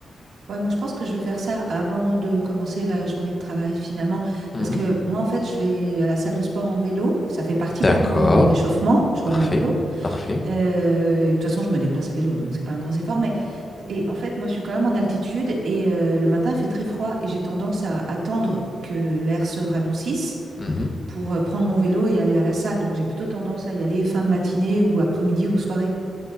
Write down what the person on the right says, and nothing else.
Ouais, moi je pense que je vais faire ça avant de commencer la journée de travail finalement,
parce que moi en fait je vais à la salle de sport en vélo, ça fait partie
pour moi de mon échauffement, je reviens
en vélo,
Euh, et de toute façon, je me déplace à vélo, donc c'est pas un gros effort. Mais et en fait, moi, je suis quand même en altitude et euh, le matin, il fait très froid et j'ai tendance à attendre que l'air se radoucisse
pour euh, prendre mon vélo et aller à la salle. Donc j'ai plutôt tendance à y aller fin de matinée ou après-midi ou soirée.